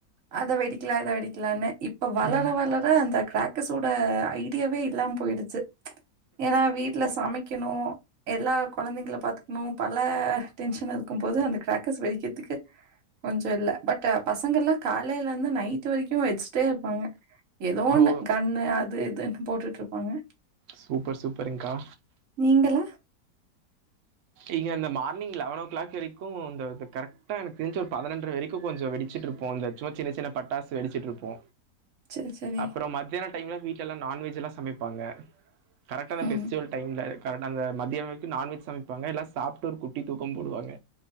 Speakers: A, on the right (about 55°); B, on the right (about 80°).
A: அத வெடிக்கலா இத வெடிக்கலான்னு இப் ப வளர
B: ம்.
A: வளர அந்த கிராக்கஸோட ஐடியாவே இல்லாம போயிடுச்சு ஏனா வீட்ல சமைக்கனு எல்லா கொழந்தைங்கள பாத் க்ணு பல டென்சன் இருக்கம்போது அந்த கிராக்கஸ் வெடிக்கதுக்கு கொஞ்சொ இல்ல பட் பசங்க எல்லா காலைலருந்து நைட் வரைக்கு வெடிச்சிட்டே இருப்பாங்க எதோ ஒன்னு
B: ஓ!
A: கண்ணு அது இதுன்னு போட்டுட்ருப்பாங்க
B: சூப்பர் சூப்பர் ங்கா
A: நீங்கள
B: இங்க இந்த மார்னிங் லெவன் ஓ கிளாக் வரைக்கு இந்தந்த கரெக்டா எனக்கு தெரிஞ்சு ஒரு பதினொன்ற வரைக்கும் கொஞ்சொ வெடிச்சிட்டு இருப்போ இந்த சும்மா சின்ன சின்ன பட்டாசு வெடிச்சுட்டு இருப்போ
A: சரி, சரி.
B: அப்றோ மதியான டைம்ல வீட் ட்லல்லா நான்வெஜ் எல்லா சமைப்பாங்க கரெக்டா அந்த
A: ம்,
B: ஃபெஸ்டிவல் டைம்ல கரட்டா அந்த மதிய வரைக்கு நான்வெஜ் சமைப்பாங்க எல்லா சாப்ட்டு ஒரு குட்டி தூக்கம் போடுவாங்க